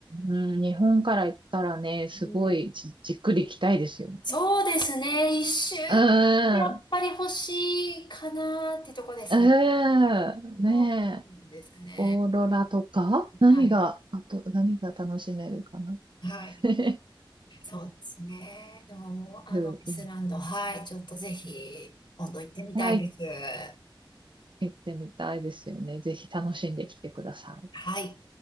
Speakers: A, on the right; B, on the left.
A: うん、日本から行ったらね、すごいじ、
B: うん、
A: じっくり行きたいですよね。
B: そうですね。一週間やっぱり欲しいかなってとこですね。
A: うーん、うーん、
B: そうですね。
A: ねえ、オーロラとか何が、
B: はい。
A: あと何が楽しめるかな。
B: はい。
A: <laughs>
B: そうですね。でももう、あの、
A: うん、
B: アイスランド、
A: うん
B: はい。ちょっとぜひ、今度行ってみたいです。
A: はい、行ってみたいですよね。ぜひ楽しんできてください。
B: はい。